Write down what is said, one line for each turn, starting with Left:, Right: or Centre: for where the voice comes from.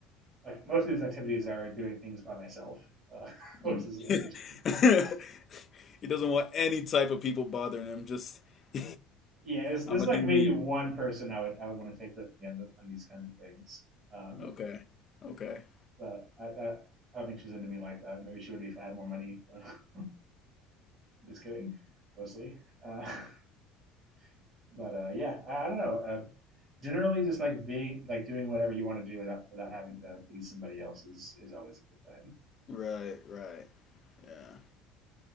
Right: Like most of these activities are doing things by myself, uh, <laughs> which
Left: Mm.
Right: is interesting.
Left: <laughs> he doesn't want any type of people bothering him. Just <laughs>
Right: Yeah, there's,
Left: I'm
Right: there's
Left: gonna
Right: like
Left: do
Right: maybe
Left: me.
Right: one person I would I would want to take with me on, the, on these kinds of things. Um,
Left: Okay. Okay.
Right: but I, I I don't think she's into me like that. Maybe she would be if I had more money. <laughs> Just kidding, mostly. Uh, <laughs> but uh, yeah, I, I don't know. Uh, generally, just like being like doing whatever you want to do without without having to please somebody else is is always a good time.
Left: Right. Right. Yeah.